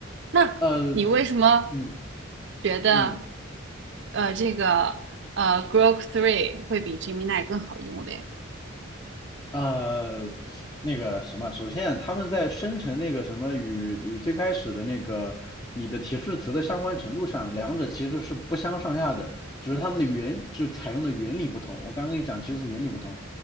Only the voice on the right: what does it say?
那你为什么
觉得
呃这个呃 Grok Three 会比 Gemini 更好用嘞？